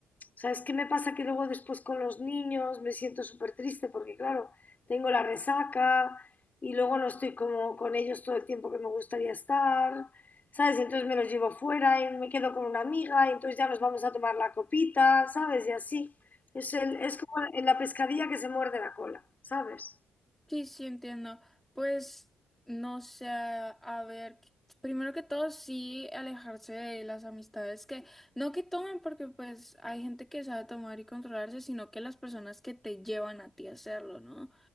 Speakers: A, on the left; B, in the centre.
A: ¿Sabes qué me pasa? Que luego después con los niños me siento súper triste porque, claro, tengo la resaca y luego no estoy como con ellos todo el tiempo que me gustaría estar, ¿sabes? Y entonces me los llevo fuera y me quedo con una amiga y entonces ya nos vamos a tomar la copita, ¿sabes? Y así. Es, el- es como en la pescadilla que se muerde la cola, ¿sabes?
B: Sí, sí, entiendo. Pues no sé, a ver, primero que todo, sí alejarse de las amistades que, no que tomen, porque pues hay gente que sabe tomar y controlarse, sino que las personas que te llevan a ti a hacerlo, ¿no?